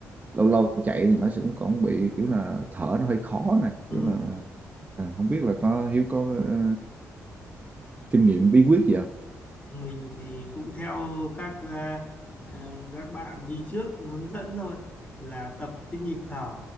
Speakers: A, on the right; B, on the left.
A: lâu lâu chạy thì nó sẽ còn bị kiểu là thở nó hơi khó này
B: ừ.
A: kiểu là à, không biết là có Hiếu có ờ, kinh nghiệm bí quyết gì không
B: mình thì cũng theo các à, à, các bạn đi trước hướng dẫn thôi là tập cái nhịp thở